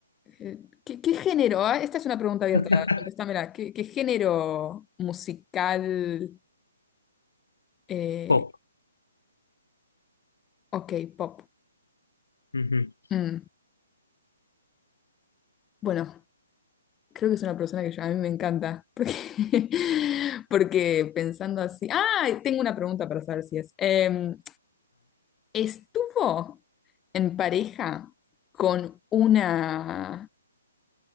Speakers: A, on the left (about 15°); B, on the left (about 90°).
A: eh, ¿Qué, qué género? Ah, Esta es una pregunta abierta.
B: <laughs>
A: Contéstamela. ¿Qué, qué género musical? eh,
B: Pop.
A: ok, pop.
B: Ujú.
A: Mm, Bueno, creo que es una persona que yo- a mí me encanta. Porque, <laughs> porque pensando así. ¡Ah! Tengo una pregunta para saber si es. Em, estuvo en pareja con una,